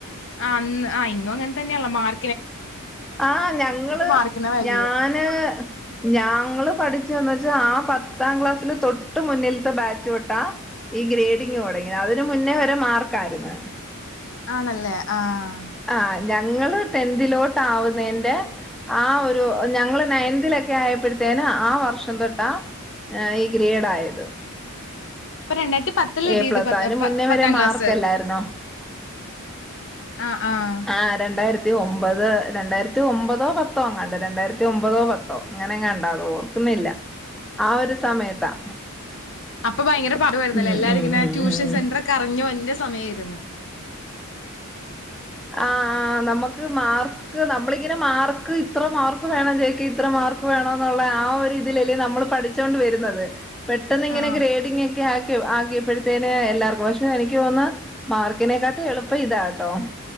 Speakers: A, on the left; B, in the centre.
A: ആഹ് അന്ന് ഇന്നും അങ്ങനെ തന്നെയള്ള മാർ
B: ആഹ് ഞങ്ങള്
A: മാർക്കിനാ വാല്യൂ
B: ഞാന് ഞങ്ങള് പഠിച്ചന്ന് വെച്ചാ ആ പത്താം ക്ലാസ്സില് തൊട്ട് മുന്നിലത്തെ ബാച്ച് വെട്ടാ ഈ ഗ്രേഡിങ് തുടങ്ങി അതിന് മുന്നേ വരെ മാർക്കായിരുന്നു
A: ആണല്ലേ ആഹ്
B: ആഹ് ഞങ്ങള് ടെത്തിലോട്ട് ആവുന്നതിന്റെ ആഹ് ഒരു ഞങ്ങള് നയൻതിലൊക്കെ ആയപ്പോഴത്തേന ആ വർഷം തൊട്ടാ ആഹ് ഈ ഗ്രേഡ ആയത്
A: അപ്പൊ രണ്ടായിരത്തി പത്തിൽ
B: എ
A: എതിയത്
B: പ്ലസ്
A: പ
B: അതിന് മുന്നേ
A: പത്താം
B: വരെ
A: ക്ലാസ്
B: മാർക്കല്ലായിരുന്നോ
A: ആഹ് ആഹ്
B: ആഹ് രണ്ടായിരത്തി ഒമ്പത് രണ്ടായിരത്തി ഒമ്പതോ പത്തോ കണ്ട് രണ്ടായിരത്തി ഒമ്പതോ പത്തോ അങ്ങനെ കണ്ട അത ഓർക്കുന്നില്ല ആ ഒരു സമയത്താ
A: അപ്പൊ ഭയങ്കര പാടു ആയിരുന്നല്ലോ
B: ഉം
A: എല്ലാര
B: ഉം
A: ഇങ്ങനെ
B: ഉം
A: ട്യൂഷൻ
B: ഉം
A: സെന്റ ഒക്കെ അറിഞ്ഞു വന്റെ സമയമായിരുന്നു
B: ആഹ് ആഹ് നമ്മുക്ക് മാർ നമ്മളിങ്ങനെ മാർക്ക് ഇത്ര മാർക്ക് ക്ക് വേണം ചോക്ക് ഇത്ര മാർക്ക് വേണന്നുള്ള ആ ഒരുതിലല്ലേ നമ്മൾ പഠി ച്ചോണ്ട് വരുന്നത് പെട്ടെന്നിങ്ങനെ
A: ആഹ്
B: ഗ്രെഡിങ്ങോ ക്കെ ആക്കി ആക്കിയപ്പോടുത്തേന് എല്ലാർക്കും പക്ഷെ എനിക്ക് തോന്നുന്ന മാർക്കിനെക്കാട്ടും എളുപ്പം ഇതാട്ടോ